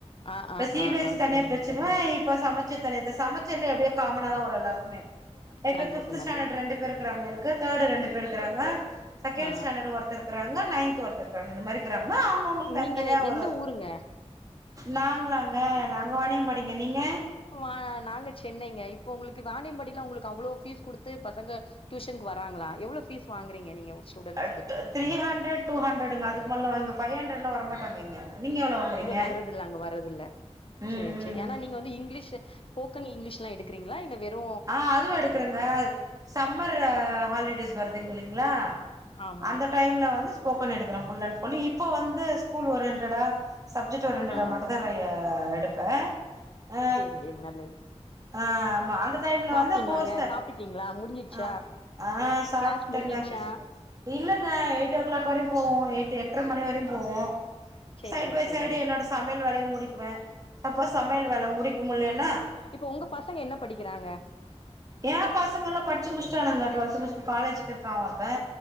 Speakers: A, on the left; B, on the right.
A: ஆ
B: இப்ப
A: ஆ
B: சி
A: ஆ
B: பி எஸ்
A: ஆ
B: இ தனியா
A: சரிங்க
B: பிரிச்சுருவே
A: சரிங்க
B: இப்ப சமச் இப்ப நேத்து சமச்சீர்ல எப்டியு காம்மனா தா வரு எல்லாருக்குமே ஏ இப்ப
A: நல்லது
B: பிப்த் ஸ்டாண்ட்டர்டு
A: நல்லது
B: ரெண்டு பேரு இருக்குறாங்க எனக்கு க்கு தேர்ட்டு ரெண்டு பேர் இருக்குறாங்க செகண்ட்
A: ஆ
B: ஸ்டாண்டர்ட் ஒருத் தர் இருக்குறாங்க நைன்த் ஒருத்தர் இருக்குறாங்க இந்த மாரி இருக்குறாங்கன்ன அவுங்கவுங்களுக்கு தனி
A: நீங்க
B: தனியா
A: எந்த
B: ஒரு
A: ஊருங்க
B: நாங்களாங்க நாங்க வாணியம்பாடிங்க நீங்க
A: அ நாங்க சென்னைங்க இப்போ உங்களுக்கு வாானியம்பாடிலா உங்களுக்கு அவ்ளோ பீஸ் குடுத் த்து‌ பசங்க டியூஷனுக்கு வராங்களா எவ்ளோ பீஸ் வாங்குறீங்க நீங்க ஒரு ஸ்டூடெண்ட்ஸ்க்கு
B: த்த த்ரீ ஹண்ட்ரர் டூ ஹண்ரட்டுங்க அதுக்கு மேலல்லா இங்க பைவ் ஹண்ரட்லா வர மாட்டாங்க இங்க நீங்க எவ்ளோ வாங்குறீங்க
A: இங்க வர்றதுல்ல அங்க வர்றதுல்ல
B: ம்
A: சேரி
B: ம்
A: சேரிஏனா
B: ம்
A: நீங்க வந்து இங்கிலீஷு ஸ்போக்கன் இங்கிலீஷ்லா எடுக் குறீங்ளா இல்ல வெறு
B: ஆ அதுவு எடுக்குறேங்க சம்மர் ஹாலிடேஸ் வருது இல்லைங்ளா
A: ஆமா
B: அந்த டைம்ல வந்து ஸ்போக்கன் எடுக்குறே ஃபுல் அண்ட் ஃபுல் இப்ப வந்து ஸ்கூல் ஒரியன்டடா சப்ஜெக்ட் ஒரியன்டடா
A: ஆ
B: மட்டும் நெறையா எடுப்பே ஆ
A: சேரி சேரி நல்லது
B: ஆ ஆமா அந்த டைம்ல
A: சாப்ட்டீங்ளாங்க
B: வந்து கோர்ஸ் தன்
A: சாப்ட்டுட்டீங்ளா முடிஞ்சுருச்சா
B: ஆ ஆ சாப்ட்டுட்டங்க
A: க்ளாஸ் முடிஞ்ச்ருச்சா
B: இல்லங்க எயிட் ஓ க்ளாக் வரையு போவு எட்டு் எட்ர மணி வரையு போவு
A: சேரிங்க
B: சைடு பை
A: சரிங்க
B: சைடு என்னோட சமையல் வேலையு முடிக்குவே சப்போஸ் சமையல் வேல முடிக்க முட்லேன்னா
A: இப்ப உங்க பசங்க என்ன படிக்கிறாங்க
B: ஏ பசங்கல்லா படிச்சு முட்ச்ட்டானுங்க டுவெல்த் முடிச்சுட் காலேஜுக்கு இருக்கா ஒருத்தே